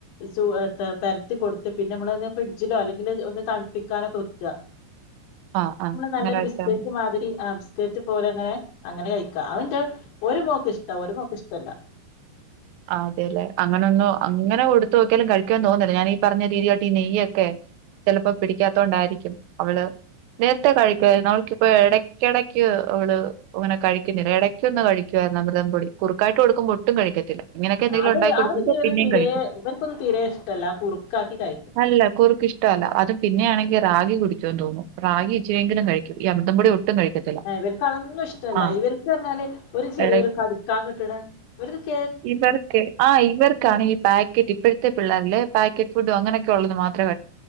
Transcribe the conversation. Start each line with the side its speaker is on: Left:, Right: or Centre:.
Left: ചു എടു പെരട്ടി കൊടുത്ത് പിന്നെ നമ്മള് ഫ്രിഡ്ജിലോ അല്ലെങ്കിൽ ഒന്ന് തണുപ്പിക്കാനൊക്കെ വയ്ക്കുക.
Right: ആഹ് ആ
Left: നല്ലൊരു
Right: അങ്ങനെ വെച്ചാ
Left: ബിസ്ക്കറ്റ് മാതിരി ആ ബിസ്കറ്റ് പോലെ അങ്ങനെ അങ്ങനെ കഴിക്ക അവന്റെ ഒരു മോക്ക് ഇഷ്ടം ഒരു മോക്ക് ഇഷ്ടല്ല
Right: അതെ അല്ലെ അങ്ങനൊന്നും അങ്ങനെ കൊടുത്തോക്യാലും കഴിക്കാന്ന് തോന്നുന്നില്ല ഞാനീ പറഞ്ഞ രീതിയാട്ട് ഈ നെയ്യൊക്കെ ചിലപ്പോ പിടിക്കാത്തോണ്ടായിരിക്കും അവള് നേരത്തെ കഴിക്കുവാരുന്ന് അവൾക്ക് ഇപ്പൊ ഇടയ്ക്കിടയ്ക്ക് അവള് അങ്ങനെ കഴിക്കുന്നില്ല ഇടയ്ക്ക് ഒന്ന് കഴിക്കുവായിരുന്ന അമൃതം പൊടി കുറുക്കായിട്ട് കൊടുക്കുമ്പോ ഒട്ടും കഴിക്കത്തില്ല ഇങ്ങനെയൊക്കെ എന്തെങ്കിലും
Left: അത്
Right: ഉണ്ടായി കൊടുക്കുമ്പോ
Left: അവര് ഇവര്
Right: പിന്നെയും
Left: തീരെ
Right: കഴിക്കും
Left: ഇവർക്കൊന്നും തീരെ ഇഷ്ടല്ല കുറുക്കാക്കി കഴിക്കുന്നത്
Right: അല്ല കുറക്ക് ഇഷ്ടല്ല അതും പിന്നെയാണെ റാഗി കുടിക്കോന്ന് തോന്നുന്നു റാഗി ഇച്ചിരി വെങ്കിലും കഴിക്കും ത്ത പൊടി ഒട്ടും കഴിക്കത്തില്ല
Left: ആ ഇവർക്ക് അതൊന്നും ഇഷ്ടല്ല
Right: ആ
Left: ഇവർക്ക് പറഞ്ഞാല് ഒരു ചെറിയൊരു
Right: ഇട
Left: കടിക്കാൻ കിട്ടണ് ഇവരത് കേ
Right: ഇവർക്ക് ആ ഇവർക്കാണ് ഈ പാക്കറ്റ് ഇപ്പോഴത്തെ പിള്ളേരില്ലെ പാക്കറ്റ് ഫുഡോ അങ്ങനൊക്കെ ഉള്ളത് മാത്രം